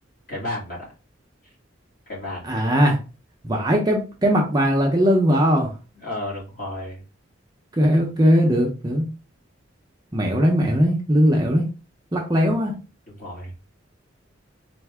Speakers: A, on the left; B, on the right.
A: cái bàn bạn ạ cái bàn
B: à vải cái cái mặt bàn là cái lưng phải không
A: ờ đúng rồi
B: ok ok được được mẹo lấy mẹo đấy lưng lẹo đấy lắc
A: đúng
B: léo
A: rồi
B: á
A: đúng rồi